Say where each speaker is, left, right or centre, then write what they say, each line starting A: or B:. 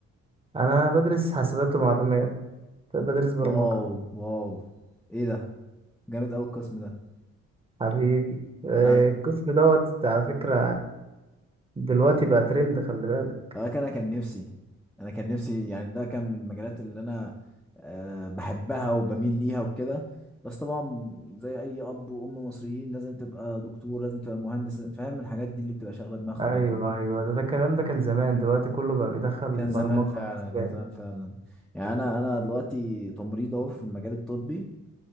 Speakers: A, on the right; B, in the centre.
A: انا بدرس حاسبات ومعلومات بدرس برمجة
B: واو واو ايه ده جامد قوي القسم ده
A: حبيبي آه،
B: آه،
A: القسم دوت على فكرة دلوقتي بقى ترند خلي بالك
B: هو انا كان كان نفسي انا كان نفسي يعني ده كان من المجالات اللي انا آه، بحبها وبميل ليها وكده بس طبعا زي اي اب وام مصريين لازم تبقى دكتور لازم تبقى مهندس فاهم الحاجات دي اللي بتبقى شاغله دماغهم
A: ايوه
B: قد-
A: ايوه ده, ده الكلام ده كان زمان دلوقتي كله بقى بيدخل
B: كان
A: برمجة
B: زمان فعلا
A: حاسبات.
B: كان زمان فعلا يعني انا انا دلوقتي تمريض اهو في المجال الطبي